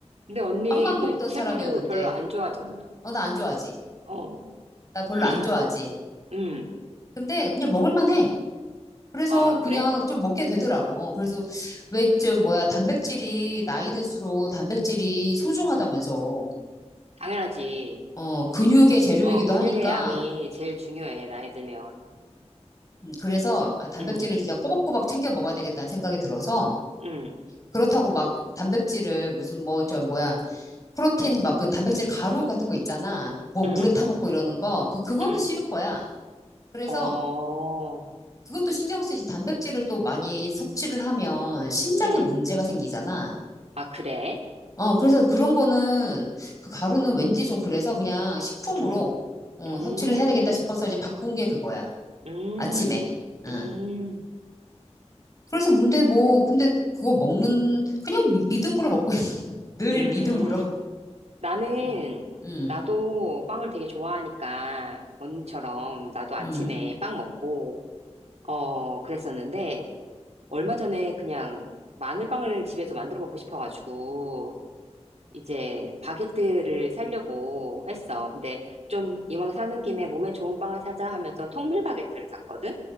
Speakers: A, on the right; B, on the left.
A: 근데 언니
B: 빵만
A: 그
B: 먹던
A: 채소류
B: 사람이었는데
A: 별로 안 좋아하잖아.
B: 어 나 안 좋아하지.
A: 어,
B: 나 별로
A: <clears throat>
B: 안 좋아하지.
A: 음.
B: 근데 그냥 먹을만 해. 그래서
A: 아,
B: 그냥
A: 그래?
B: 좀 먹게 되더라고. 어 그래서 왜 좀 뭐야 단백질이 나이 들수록 단백질이 소중하다면서
A: 당연하지.
B: 어 근육의 재료이기도
A: 어, 근육의
B: 하니까
A: 양이 제일 중요해, 나이 들면.
B: 음, 그래서 아, 단백질을
A: 음,
B: 진짜 꼬박꼬박 챙겨 먹어야 되겠다는 생각이 들어서
A: 음,
B: 그렇다고 막 단백질을 무슨 뭐 저 뭐야 프로틴 막 그 단백질 가루 같은 거 있잖아 뭐
A: 음,
B: 물에 타 먹고 이러는 거 그 그거는
A: 음.
B: 싫은 거야. 그래서
A: 어,
B: 그것도 신경 쓰이지 단백질을 또 많이 섭취를 하면 신장에
A: 음.
B: 문제가 생기잖아.
A: 아, 그래?
B: 어 그래서 그런 거는 그 가루는 왠지 좀 그래서 그냥 식품으로
A: 음,
B: 어,
A: 음,
B: 섭취를 해야 되겠다 싶어서 이제 바꾼 게 그거야.
A: 음,
B: 아침에. 응.
A: 음,
B: 그래서 근데 뭐, 근데 그거 먹는, 그냥 미- 믿음으로 먹고 있어. <laughs> 늘
A: 음.
B: 믿음으로.
A: 나는,
B: 음, 음,
A: 나도 빵을 되게 좋아하니까, 언니처럼 나도 아침에
B: 음,
A: 빵 먹고, 어, 그랬었는데, 얼마 전에 그냥 마늘빵을 집에서 만들어 먹고 싶어가지고 이제 바게트를 사려고 했어. 근데 좀 이왕 사는 김에 몸에 좋은 빵을 사자 하면서 통밀 바게트를 샀거든?